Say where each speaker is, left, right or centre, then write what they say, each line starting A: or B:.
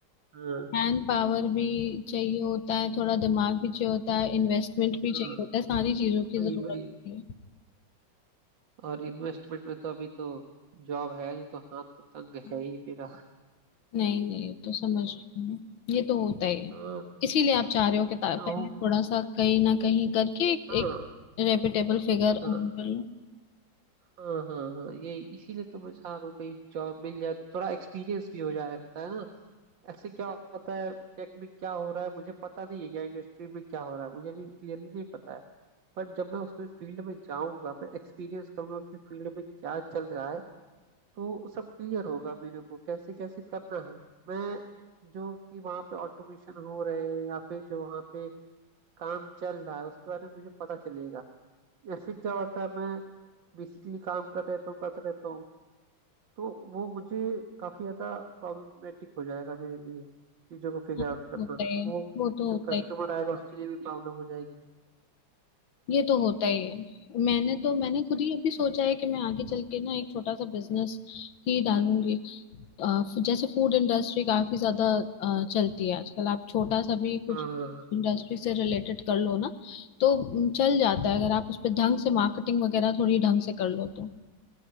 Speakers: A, on the right; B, on the left.
A: हाँ
B: मैन पावर भी चाहिए होता है थोड़ा दिमाग भी चाहिए होता है इन्वेस्टमेंट भी चाहिए
A: हाँ,
B: होता है सारी चीजों की
A: वही
B: जरूरत
A: वही
B: होती है
A: और इन्वेस्टमेंट में तो अभी तो जॉब है नहीं तो हाथ तो तंग
B: हाँ,
A: है ही मेरा
B: नहीं नहीं तो समझ
A: और
B: रही हूँ मैं। ये तो होता ही है
A: हाँ
B: इसीलिए आप चाह रहे हो कि ता-
A: ना हो
B: पहले थोड़ा सा कहीं ना कहीं करके एक,
A: हाँ
B: एक रेपिटेबल फिगर अर्न
A: हाँ
B: कर लो
A: हाँ हाँ हाँ ये इसीलिए तो मैं चाह रहा हूँ कहीं जॉब मिल जाए थोड़ा एक्सपीरियंस भी हो जाता है ना ऐसे क्या होता है टेक में क्या हो रहा है मुझे पता नहीं है या इंडस्ट्री में क्या हो रहा है मुझे अभी क्लियरली नहीं पता है पर जब मैं उसमें फील्ड में जाऊंगा मैं एक्सपीरियंस करूंगा कि फील्ड में क्या चल रहा है तो सब क्लियर होगा मेरे को कैसे कैसे करना है मैं जो कि वहाँ पे ऑटोमेशन हो रहे हैं या फिर जो वहाँ पे काम चल रहा है उसके बारे में मुझे पता चलेगा ऐसे क्या होता है मैं बेसिकली काम करते रहता हूँ करते रहता हूँ तो वो मुझे काफी ज्यादा प्रॉब्लमेटिक हो जाएगा मेरे लिए चीजों को फिगर
B: हाँ,
A: आउट करना
B: होता ही
A: वो
B: है वो तो
A: जो
B: होता
A: कस्टमर
B: ही है।
A: आएगा उसके लिए भी प्रॉब्लम हो जाएगी
B: ये तो होता ही है मैंने तो मैंने खुद
A: वही
B: ही अभी सोचा है कि मैं आगे चल के ना एक छोटा सा बिजनेस ही डालूंगी अ, जैसे फूड इंडस्ट्री काफी ज्यादा अ, चलती है आजकल आप छोटा सा भी कुछ
A: हाँ हाँ
B: इंडस्ट्री से रिलेटेड कर लो ना तो म, चल जाता है अगर आप उस पर ढंग से मार्केटिंग वगैरह थोड़ी ढंग से कर लो तो